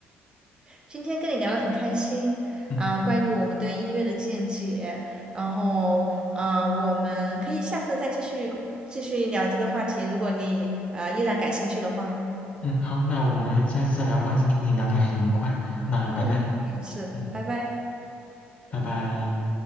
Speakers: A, on the right; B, on the left.
A: 今天跟你聊得很开心啊，
B: 嗯
A: 关于我们对音乐的见解，然后啊，我们可以下次再继续继续聊这个话题，如果你呃依然感兴趣的话，
B: 嗯，好，那我们下次再聊吧。今天跟你聊天很愉快，那拜拜。
A: 嗯，是，
B: 嗯，
A: 拜拜。
B: 拜拜。